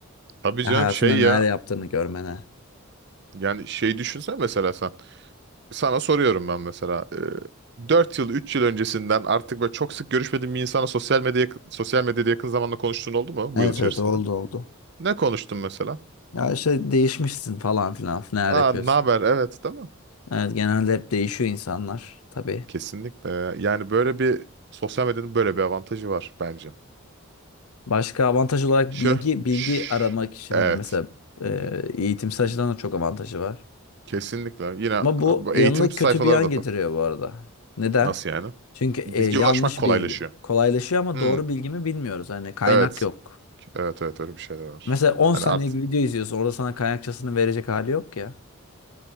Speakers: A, on the right; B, on the left.
A: Tabii
B: Ya
A: canım
B: hayatında
A: şey
B: neler
A: ya
B: yaptığını görmene.
A: yani şey düşünsen mesela sen. Sana soruyorum ben mesela. E, 4 yıl 3 yıl öncesinden artık böyle çok sık görüşmediğin bir insana sosyal medya sosyal medyada yakın zamanda konuştuğun oldu mu
B: Evet
A: bu yıl içerisinde?
B: evet oldu oldu.
A: Ne konuştun mesela?
B: Ya işte değişmişsin falan filan neler
A: Aa
B: yapıyorsun.
A: ne haber? Evet değil mi?
B: Evet genelde hep değişiyor insanlar tabii.
A: Kesinlikle. Yani böyle bir sosyal medyanın böyle bir avantajı var bence.
B: Başka avantaj olarak
A: Şu,
B: bilgi bilgi
A: şş,
B: aramak için
A: evet.
B: hani mesela e,
A: Bi-
B: eğitimsel açıdan da çok avantajı var.
A: Kesinlikle. Yine
B: Ama bu
A: bu
B: yanına
A: eğitim sayfaları
B: kötü bir yan
A: da
B: getiriyor
A: da.
B: bu arada. Neden?
A: Nasıl yani?
B: Çünkü e,
A: Bilgi
B: yanlış
A: ulaşmak kolaylaşıyor.
B: bilgi. Kolaylaşıyor ama
A: Hmm,
B: doğru bilgi mi bilmiyoruz. Hani kaynak
A: evet.
B: yok.
A: Evet evet öyle bir şey de var.
B: Mesela 10
A: Hani
B: saniyelik
A: art
B: bir video izliyorsun. Orada sana kaynakçasını verecek hali yok ya.